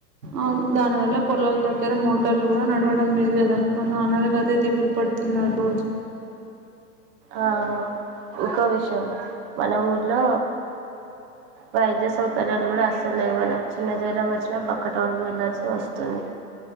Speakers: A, on the right (about 85°); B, on the right (about 25°).
A: అవును దానివల్ల పొలాల దగ్గర మోటార్లు కూడా నడవడం లేదు కదా మా నాన్నగారు అదే దిగులు పడుతున్నారు రోజు
B: ఆహ్ ఇంకో విషయం మన ఊర్లో వైద్య సౌకర్యాలు కూడా అస్సలు లేవు చిన్న జ్వరం వచ్చిన పక్క టౌన్ కి వెళ్లాల్సి వస్తుంది